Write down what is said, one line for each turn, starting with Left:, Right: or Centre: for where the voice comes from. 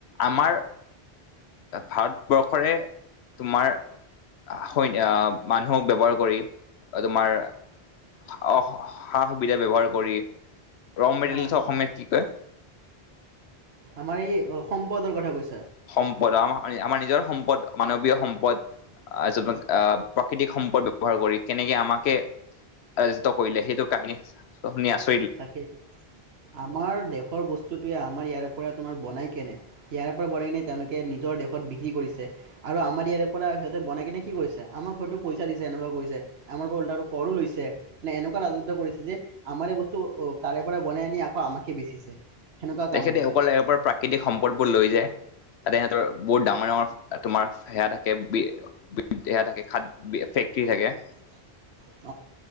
Left: আমাৰ ভাৰত বৰ্ষৰে তোমাৰ- আহ মানুহক ব্যৱহাৰ কৰি তোমাৰ- সা সুবিধা ব্যৱহাৰ কৰি ৰমেটেৰিয়েল
Right: অ
Left: অসমীয়াত কি কয়?
Right: আমাৰ এই সম্পদৰ কথা কৈছে,,
Left: সম্পদ আমাৰ আমাৰ নিজৰ সম্পদ- মানৱীয় সম্পদ আহ প্ৰাকৃতিক সম্পদ ব্যৱহাৰ কৰি কেনেকে আমাকে- আয়োজিত কৰিলে সেইটো কাহিনী শুনি আছো।
Right: তাকেই, আমাৰ দেশৰ বস্তুটোয়ে আমাৰ ইয়াৰ পৰা তোমাৰ বনাই কেনে ইয়াৰে পৰা বনাই কেনে তেওঁলোকে নিজৰ দেশত বিক্ৰী কৰিছে আৰু আমাৰ। ইয়াৰে পৰা সিহঁতে বনাই কিনে কি কৰিছে আমাৰ ঘৰতো পইচা দিছে এনেকুৱা কৰিছে আমাৰ পৰা ল কৰো লৈছে এনেকুৱা ৰাজত্ব কৰিছে যে আমাৰে বস্তু তাৰে পৰা বনাই আনি আকৌ আমাকে বেচিছে। সেনেকুৱা কাম
Left: তেখেতে
Right: হৈছে
Left: অকল প্ৰাকৃতিক সম্পদবোৰ লৈ যায় তাতে সিহঁতৰ। বহুত ডাঙৰ ডাঙৰ তোমাৰ সেয়া থাকে বি সেয়া থাকে খাদ ফেক্টৰী থাকে।
Right: <unintelligible> <inaudible>